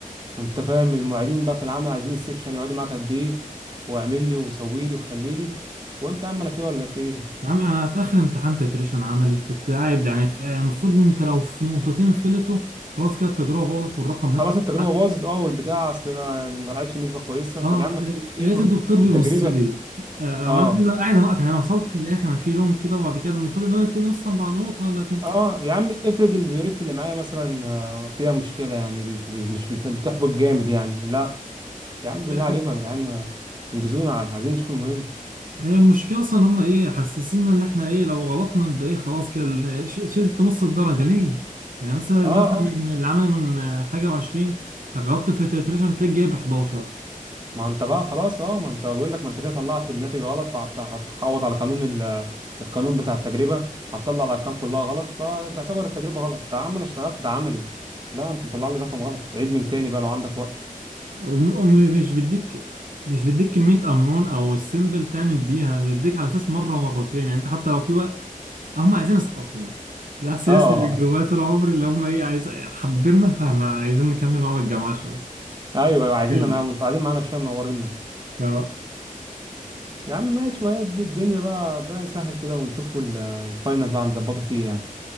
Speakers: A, on the right; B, on the right.
A: انت فاهم المعيدين بقى في العمل عايزين السكشن يقعدوا معاك قد ايه واعمل لي وسوي لي وخلي لي وانت يا عم انا في إيه ولا في ايه
B: يا عم انا في اخر امتحان تتريشن عملي كنت قاعد يعني في- المفروض إن انت لو في نقطتين فلتوا خلاص كده التجربه باظت والرقم هيطلع
A: خلاص التجربه
B: معاك.
A: باظت اه والبتاع اصل انا ما لقيتش نسبه كويسه
B: اه
A: طب يا عم
B: ل-
A: في نسبه
B: لقيت
A: ايرور
B: الدكتور بيبص
A: في التجربه
B: لي آه
A: اه
B: وانا كده قاعد انقط يعني انا وصلت للاخر انا في لون كده وبعد كده المفروض اللون التاني يوصل بعد نقطه ولا اتنين
A: اه يا عم افرض البيوريت اللي معايا مثلا آه، فيها مشكله يعني بت- بت- مش بت- بتحبط جامد يعني لا يا عم بالله
B: لا حاجة.
A: عليكم يا جدعان انجزونا عايزين نشوف المهم
B: هي المشكله اصلا ان هم ايه حسسنا ان احنا ايه لو غلطنا يبقى ايه خلاص كده ال- ش- شلت نص الدرجه ليه؟ يعني مثلا الماده
A: اه
B: من
A: اه
B: العملي من آه، حاجه و20 غلطت في التتريشن تلاقي جايب 11
A: ما انت بقى خلاص اه ما انت بقول لك ما انت كده طلعت الناتج غلط فهتعوض على قانون ال- القانون بتاع التجربه هتطلع الارقام كلها غلط فتعتبر التجربه غلط يا عم انا اشتغلت ده عملي لا انت مطلع لي رقم غلط عيد من تاني بقى لو عندك وقت
B: وم- ومش بيديك مش بيديك كمية أنون أو السيمبل تعمل بيها بيديك على أساس مرة مرتين يعني أنت حتى لو في وقت هم عايزين يسقطونا ده إحساس
A: اه اه
B: اللي جوايا
A: آه.
B: طول عمري اللي هم إيه عايز حبينا فإحنا عايزين نكمل معاهم الجامعة شوية
A: ايوه ايوه عايزيننا
B: فيلم
A: معاهم انتوا قاعدين معانا شويه منورينا
B: اه
A: يا عم ماشي ما هي دي الدنيا بقى ربنا يسهل كده ونشوفوا ال- الفاينل بقى نظبطه فيه يعني